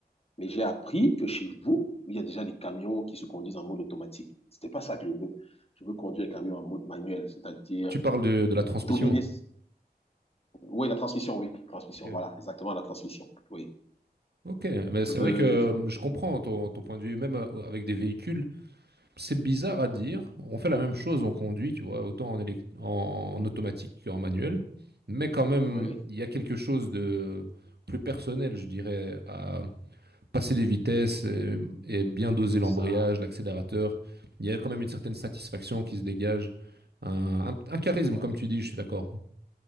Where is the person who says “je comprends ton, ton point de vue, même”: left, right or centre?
Right